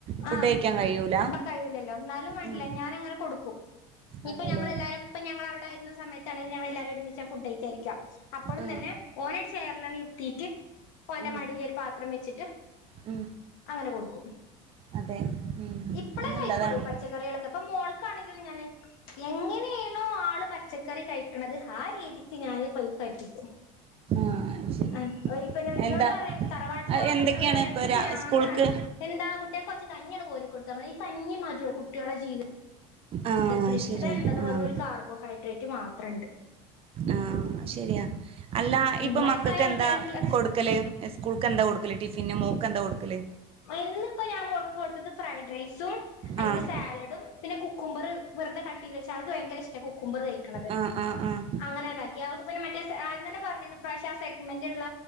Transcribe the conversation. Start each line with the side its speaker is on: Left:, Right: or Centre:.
Right: ഫുഡ്
Left: ആ
Right: കഴിക്കാൻ കഴിയൂല
Left: കഴിവില്ലല്ലോ എന്നാലും വേണ്ടില്ലേ
Right: ഉം
Left: ഞാനങ്ങനെ കൊടുക്കും ഇപ്പ
Right: അതെല്ലേ
Left: ഞങ്ങളെല്ലാരും ഇപ്പ ഞങ്ങ അവിടെ ആരുന്ന സയത്ത ണെങ്കിൽഞങ്ങ എല്ലരും ഒരുമിച്ച ഫുഡ് കയികാനിരിക്കാ അപ്പോഴും
Right: ആഹ്
Left: തന്നെ ഓന ഒരു ചേയറിലങ്ങ് ഇത്തിട്ട്ഓന്റെ
Right: ആഹ്
Left: മടിയില് ഒരു പാത്രം വെച്ചിട്ട്
Right: ഉം
Left: അങ്ങനെ കൊടുക്കും
Right: അതെ ഉ
Left: ഇപ്പളേ
Right: അത് നല്ലതാണ്
Left: കഴിക്കുള്ളൂ പച്ചക്കറികളൊക്കെ അപ്പൊ മോൾക്കാണെങ്കിലും ഞാൻ എങ്ങനെയണോ പച്ചക്കറി കഴിക്കുന്നത് ആ രീതിക്ക് ഞാന് കഴിപ്പിക്കും
Right: ആഹ് ശരി
Left: ആ പിന്നെ എന്നോട്
Right: എന്താ
Left: പറയും തറവാട്ടിലാകുമ്പോ
Right: എന്തൊക്കെയാണ്
Left: ഇന്നോട് പറയും
Right: ഇപ്പൊ
Left: എനക്ക് പ്രാന്താണ്
Right: സ്കൂൾക്ക്
Left: എന്താണ് കുട്ടികൾക്കു കുറച്ച് കഞ്ഞിയാണ് കോരി കൊടുത്താൽതി ഈ കഞ്ഞി മതിയോ കുട്ടിയുടെ ജീവിം
Right: ആഹ്
Left: എന്തേ
Right: ശരിയാ
Left: ഉള്ളത് വെറ
Right: ആഹ്
Left: ഒരു കാർബോഹൈഡ്രേറ്റ് മാത്രംണ്ട്
Right: ആ ശരിയാ അല്ല ഇപ്പൊ
Left: ഉം വയസ്സായ
Right: മക്കക്ക്
Left: ആൾക്കാർക്കുള്ള
Right: എന്താ കൊടു കൊടുക്കല് സ്കൂൾക്ക് എന്താ കൊടുക്കല് ടിഫിന് മോക്ക് എന്താ കൊടുക്കല്
Left: ഇന്നിപ്പോ ഞാൻ കൊടുത്തത് ഫ്രൈഡ് റൈസും അഐക്ക്
Right: ആഹ്
Left: സാലഡും പിന്നെ കു കുക്കുമമ്പറ് വെറുതെ കട്ട് ചെയ്ത് വെച്ചാ ആൾക്ക് ഭയങ്കര ഇഷ്ട കുക്കുമമ്പറ് കഴിക്കണത്
Right: ആഹ് ആഹ് ആഹ്
Left: അങ്ങനെ ഇതാക്കി അവൾക്ക് പിന്നെ മറ്റേ ആദ്യം തന്നെ പറഞ്ഞത് പ്രാവശ്യ ആ സെഗ്മെന്റ് ഉള്ള